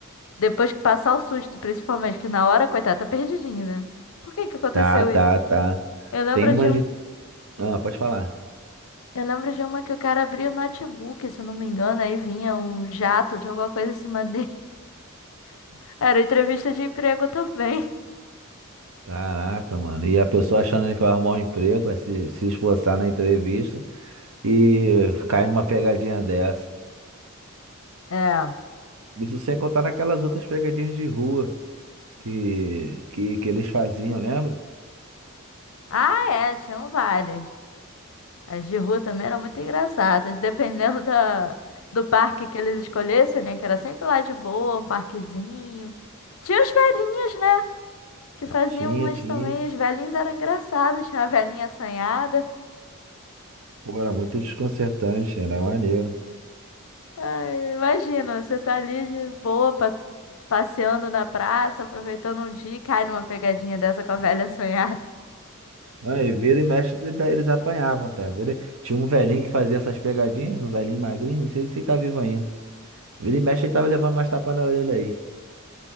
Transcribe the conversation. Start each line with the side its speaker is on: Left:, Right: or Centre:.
Left: Depois que passar o susto, principalmente, que na hora, coitada, tá perdidinha, né? Por que que aconteceu
Right: Tá, tá,
Left: isso?
Right: tá.
Left: Eu lembro
Right: Tem umas
Left: de um.
Right: de. Ah, pode falar.
Left: Eu lembro de uma que o cara abria o notebook, se eu não me engano, aí vinha um jato de alguma coisa em cima dele. <laughs> Era entrevista de emprego também.
Right: Caraca, mano. E a pessoa achando que vai arrumar um emprego, vai se, se esforçar na entrevista e cai numa pegadinha dessa.
Left: É.
Right: Isso sem contar naquelas outras pegadinhas de rua que, que, que eles faziam, lembra?
Left: Ah, é, tinham várias. As de rua também eram muito engraçadas, dependendo da, do parque que eles escolhessem, né? Que era sempre lá de boa, um parquezinho. Tinha os velhinhos, né? Que faziam
Right: Tinha,
Left: umas
Right: tinha.
Left: também. Os velhinhos eram engraçados, tinha uma velhinha assanhada.
Right: Pô, era muito desconcertante, era maneiro.
Left: Ai, imagina, você tá ali de boa, pa- passeando na praça, aproveitando um dia e cai numa pegadinha dessa com a velha assanhada.
Right: Ah, e vira e mexe, e daí eles apanhavam, tá? Vira... Tinha um velhinho que fazia essas pegadinhas, um velhinho magrinho, não sei se ele tá vivo ainda. Vira e mexe, ele tava levando mais tapa na orelha aí.